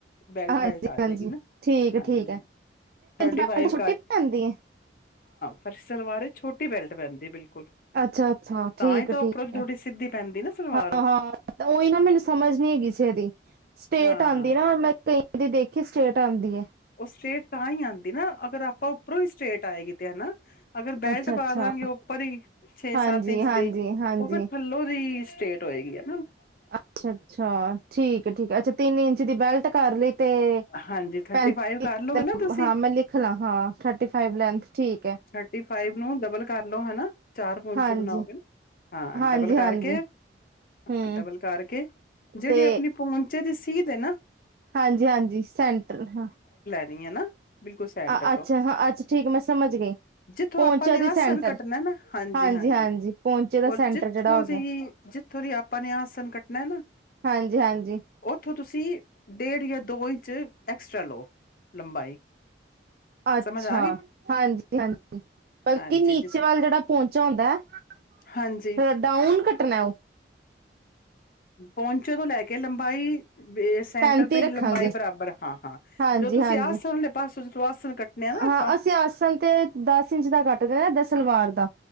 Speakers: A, on the left (about 50°); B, on the right (about 55°).
A: ਬੈਲਟ
B: ਹਾਂਜੀ
A: ਵੈਲਟ ਆ ਜਾਏਗੀ
B: ਹਾਂਜੀ
A: ਨਾ
B: ਠੀਕ ਹੈ।
A: ਹਾਂਜੀ
B: ਠੀਕ
A: ਹਾਂ ਥਰਟੀ
B: ਹੈ
A: ਫਾਈਵ
B: ਛੁੱਟੀ ਪ ਆਦੀ ਹੈ
A: ਪਰ ਸਲਵਾਰ ਛੋਟੀ ਬੈਲਟ ਪੈਂਦੀ ਹੈ। ਬਿਲਕੁਲ
B: ਅੱਛਾ ਅੱਛਾ
A: ਤਾਂ
B: ਠੀਕ
A: ਹੀ ਤਾਂ
B: ਠੀਕ
A: ਉੱਪਰੋਂ ਥੋੜੀ
B: ਹੈ।
A: ਸਿੱਧੀ ਪੈਂਦੀ ਨਾ ਸਲਵਾਰ
B: ਹਾਂ
A: ਉਹ
B: ਹਾਂ ਉਹੀ ਨਾ ਮੈਨੂੰ ਸਮਝ ਨੀ ਹੈ ਕਿਸੇ ਦੀ ਸਟੇਟ
A: ਹਾਂ
B: ਆਉਂਦੀ ਨਾ ਮੈਂ ਕਈ ਦੀ ਦੇਖੀ ਸਟੇਟ ਤਾਂਦੀ ਏ।
A: ਉਹ ਸਟ੍ਰੇਟ ਤਾਂ ਹੀ ਹਨ ਨਾ, ਅਗਰ ਆਪਾਂ ਉੱਪਰੋਂ ਹੀ ਸਟੇਟ ਆਏਗੀ। <unintelligible> ਅਗਰ ਬੈਲਟ
B: ਅੱਛਾ
A: ਪਾ
B: ਅੱਛਾ
A: ਲਾਂਗੇ ਉੱਪਰ ਹੀ, ਛੇ
B: ਹਾਂਜੀ
A: ਸੱਤ ਇੰਚ
B: ਹਾਂਜੀ
A: ਦੀ
B: ਹਾਂਜੀ
A: ਉਹ ਫਿਰ ਥੱਲੋਂ ਦੀ ਸਟੇਟ ਹੋਏਗੀ ਆ।
B: ਅੱਛਾ ਅੱਛਾ ਠੀਕ ਹੈ ਠੀਕ ਹੈ ਅੱਛਾ ਤਿੰਨ ਇੰਚ ਦੀ ਬੈਲਟ ਕਰ ਲਈ ਤੇ
A: ਹਾਂਜੀ ਥਰਟੀ
B: ਪੈਂਤੀ
A: ਫਾਈਵ ਕਰ ਲਓਗੇ
B: ਤੇ-
A: ਨਾ ਤੁਸੀਂ,
B: ਹਾਂ ਮੈਂ ਲਿਖ ਲਾਂ ਹਾਂ ਲੈਂਥ ਠੀਕ ਹੈ
A: ਥਰਟੀ ਫਾਈਵ ਨੂੰ ਡਬਲ ਕਰ ਲੋ ਹਨਾ। ਚਾਰ ਪੌਂਚੇ
B: ਹਾਂਜੀ
A: ਬਣਾਓਗੇ ਨਾ, ਹਾਂ
B: ਹਾਂਜੀ
A: ਡਬਲ ਕਰਕੇ,
B: ਹਾਂਜੀ
A: ਹਾਂ
B: ਹੂੰ
A: ਡਬਲ ਕਰਕੇ ਜਿਹੜੀ
B: ਤੇ
A: ਆਪਣੀ ਪੌਂਚੇ ਦੀ ਸੀ ਕੀ ਤੇ ਨਾ
B: ਹਾਂਜੀ ਹਾਂਜੀ ਸੈਂਟਰ ਹਾਂ।
A: ਨੀ ਏਨਾ। ਬਿਲਕੁਲ ਸੈਂਟਰ
B: ਅੱਛਾ
A: ਤੋਂ,
B: ਹਾਂ ਅੱਛਾ ਠੀਕ ਮੈਂ ਸਮਝ ਗਈ
A: ਜਿੱਥੋਂ
B: ਪਹੁੰਚਾ
A: ਆਪਾਂ ਨੇ
B: ਦੀ ਸੈਂਟਰ
A: ਆਸਣ ਕੱਟਣਾ ਨਾ, ਹਾਂਜੀ-ਹਾਂਜੀ
B: ਹਾਂਜੀ ਹਾਂਜੀ ਪਹੁੰਚੇ ਦਾ
A: ਔਰ
B: ਸੈਂਟਰ
A: ਜਿੱਥੋਂ
B: ਜਿਹੜਾ ਹੋ
A: ਅੱਸੀ
B: ਗਿਆ
A: ਜਿੱਥੋਂ ਦੀ ਆਪਾਂ ਨੇ ਆਸਣ ਕੱਟਣਾ ਨਾ
B: ਹਾਂਜੀ ਹਾਂਜੀ
A: ਉੱਥੋਂ ਤੁਸੀਂ ਡੇਢ ਯਾ ਦੋ ਇੰਚ ਐਕਸਟ੍ਰਰਾ ਲਓ ਲੰਬਾਈ।
B: ਅੱਛਾ
A: ਸਮਝ ਆ ਗਈ
B: ਹਾਂਜੀ-ਹਾਂਜੀ ਬਲਕਿ
A: ਹਾਂਜੀ
B: ਨੀਚੇ
A: ਜਿੱਥੋਂ
B: ਵੱਲ ਜਿਹੜਾ ਪਹੁੰਚਾ ਹੁੰਂਦਾ ਹੈ
A: ਹਾਂਜੀ
B: <unintelligible> ਡਾਊਨ ਕਟਣਾ ਉਹ
A: ਪਹੁੰਚ <unintelligible> ਲੈ ਕੇ ਲੰਬਾਈ ਬੇ-ਸੈਂਟਰ
B: ਪੈਂਤੀ
A: ਤੇ ਹੀ
B: ਰੱਖਾਂਗੇ
A: ਲੰਬਾਈ ਬਰਾਬਰ ਹਾਂ-ਹਾਂ
B: ਹਾਂਜੀ
A: ਜੋ ਤੁਸੀਂ
B: ਹਾਂਜੀ
A: ਆਸਣ ਵਾਲੇ ਪਾਸੇ ਚ ਆਸਣ ਕੱਟਣੇ ਨਾ
B: ਹਾਂ
A: ਆਪਾਂ।
B: ਅਸੀਂ ਆਸਨ ਤੇ ਦਸ ਇੰਚ ਦਾ ਕੱਟ ਦੇਣਾ ਦ ਸਲਵਾਰ ਦਾ